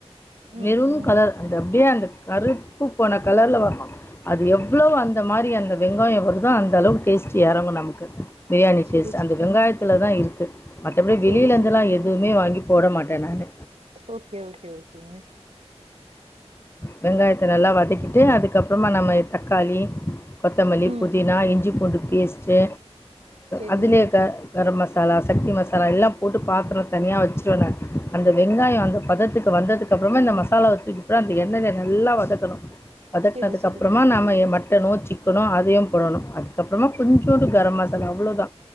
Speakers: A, on the right; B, on the left.
A: ம்
B: மெரூன்
A: ம்
B: கலர் அந்த அப்டியே அந்த கருத்து போன கலர்ல வரணு அது எவ்ளோ அந்த மாறி அந்த வெங்காயோ வருதோ அந்த அளவுக்கு டேஸ்ட்டு இறங்கு நமக்கு பிரியாணி
A: சரி,
B: டேஸ்ட்ட்டு
A: சரி.
B: அந்த வெங்காயத்தில தா இருக்கு மத்தபடி
A: சரி,
B: வெளியில இருந்துலா
A: சரி.
B: எதுவுமே வாங்கி போட மாட்டே நானு
A: ஓகே ஓகே ஓகேங்க
B: வெங்காயத்த நல்லா வதக்கிட்டு அதுக்கப்புறமா நம்ம தக்காளி கொத்தமல்லி
A: ம்.
B: புதினா இஞ்சி பூண்டு பேஸ்டு
A: சரிங்க.
B: அதுலே க கர மசாலா சக்தி மசாலா எல்லா போட்டு பாத்திரோ தனியா வச்சுருவே நா அந்த வெங்காயோ அந்த பதத்துக்கு வந்ததுக் அதுக் அப்றமா இந்த மசாலாவ தூக்கிபுற இந்த எண்ணெய்ல நல்லா வதக்கணு வதக்கனதுக்கு
A: சரி, சரி.
B: அப்றோமா நாம மட்டனோ சிக்க கனோ அதையும் போடணு அதுக்கப்புறமா கொஞ்சோண்டு கர மசாலா அவ்ளோதா